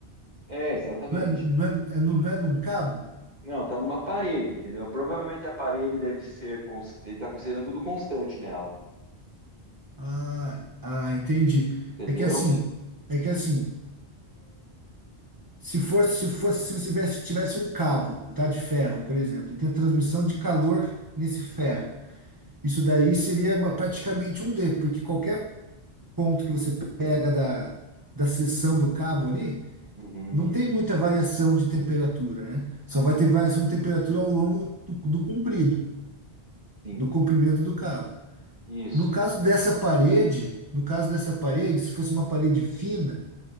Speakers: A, on the right (about 40°); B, on the right (about 20°).
A: É, exatamente.
B: Não é, não é, é num- não é num cabo?
A: Não, tá numa parede, entendeu? Provavelmente a parede deve ser. cons- Ele tá considerando tudo constante nela,
B: Ah, ah, entendi.
A: entendeu?
B: É que assim, é que assim, se fosse, se fosse, se você tivesse, tivesse um cabo, tá, de ferro, por exemplo, e tem a transmissão de calor nesse ferro. Isso daí seria uma- praticamente um D, porque qualquer ponto que você pega da, da seção do cabo ali,
A: Uhum,
B: não tem muita variação de temperatura, né? Só vai ter variação de temperatura ao longo do, do, do comprido,
A: sim.
B: do comprimento do cabo.
A: Isso.
B: No caso dessa parede, no caso dessa parede, se fosse uma parede fina,